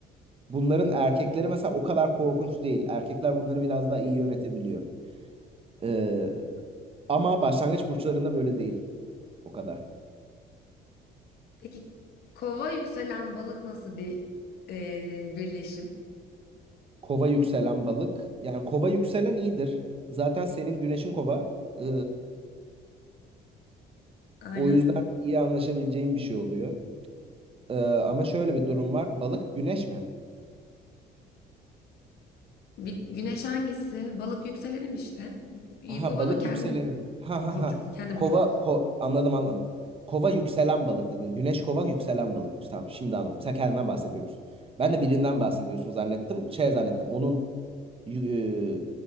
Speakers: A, on the right (about 35°); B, on the left (about 70°).
A: bunların erkekleri mesela o kadar korkunç değil. Erkekler bunları biraz daha iyi yönetebiliyor. E, ama başlangıç burçlarında böyle değil o kadar.
B: Peki kova yükselen balık nasıl bir eee, birleşim?
A: Kova yükselen balık. Yani kova yükselen iyidir. Zaten senin güneşin kova. E,
B: Aynen.
A: o yüzden iyi anlaşabileceğin bir şey oluyor. E, ama şöyle bir durum var. Balık güneş mi?
B: Bir, güneş hangisi? Balık yükselenim işte. Yıkova'da
A: Aha balık
B: kendim
A: yükselenin. Ha
B: burcum.
A: ha ha.
B: Kendi
A: Kova
B: burcum.
A: ko anladım anladım. Kova yükselen balık dedin. Güneş kova yükselen balıkmış. Tamam şimdi anladım. Sen kendinden bahsediyormuşsun. Ben de birinden bahsediyorsun zannettim. Şey zannettim. Onun yü- e,